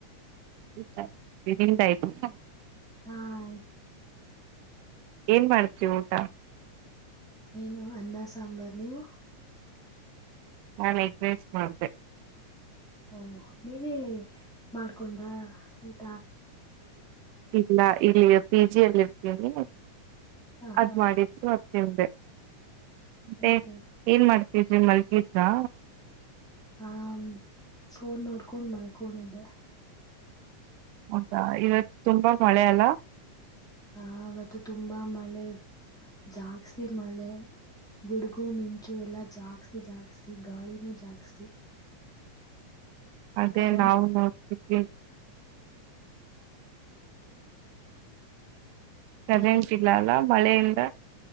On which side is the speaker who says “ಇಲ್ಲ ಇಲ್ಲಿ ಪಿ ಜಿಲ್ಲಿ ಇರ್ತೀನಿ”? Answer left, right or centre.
Right